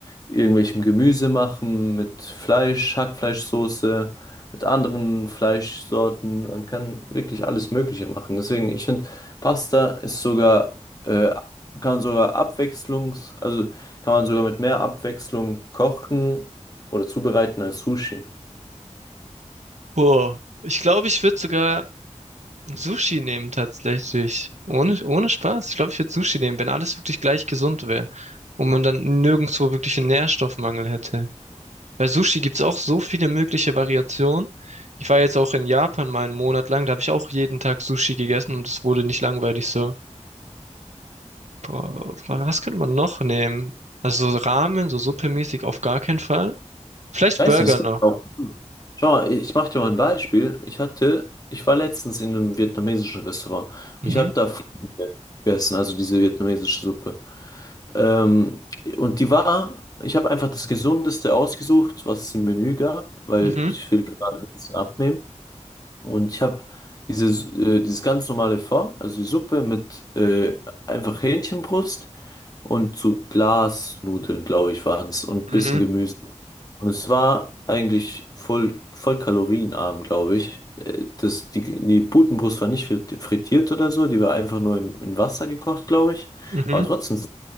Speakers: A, on the left (about 30°); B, on the right (about 70°).
A: irgendwelchem Gemüse machen, mit Fleisch, Hackfleischsoße, mit anderen Fleischsorten. Man kann wirklich alles Mögliche machen. Deswegen, ich finde, Pasta ist sogar, äh, kann sogar abwechslungs, also kann man sogar mit mehr Abwechslung kochen oder zubereiten als Sushi.
B: Boah, ich glaube, ich würde sogar Sushi nehmen tatsächlich. Ohne, ohne Spaß. Ich glaube, ich würde Sushi nehmen, wenn alles wirklich gleich gesund wäre und man dann nirgendwo wirklich einen Nährstoffmangel hätte. Bei Sushi gibt's auch so viele mögliche Variationen. Ich war jetzt auch in Japan mal einen Monat lang, da habe ich auch jeden Tag Sushi gegessen und es wurde nicht langweilig so. Boah, was könnte man noch nehmen? Also so Ramen, so suppemäßig auf gar keinen Fall. Vielleicht
A: Ich
B: Burger
A: weiß nicht, es gibt
B: noch.
A: auch. Schau mal, ich mache dir mal ein Beispiel. Ich hatte, ich war letztens in einem vietnamesischen Restaurant.
B: Mhm,
A: Ich habe da Pho gegessen, also diese vietnamesische Suppe. Ähm, und die war, ich habe einfach das Gesundeste ausgesucht, was es im Menü gab, weil
B: mhm,
A: ich will gerade ein bisschen abnehmen. Und ich habe dieses, äh, dieses ganz normale Pho, also die Suppe mit äh, einfach Hähnchenbrust und zu Glasnudeln, glaube ich, waren es und
B: mhm,
A: bisschen Gemüse. Und es war eigentlich voll, voll kalorienarm, glaube ich. Äh, Das, die, die Putenbrust war nicht frit- frittiert oder so, die war einfach nur in, in Wasser gekocht, glaube ich.
B: mhm.
A: Aber trotzdem.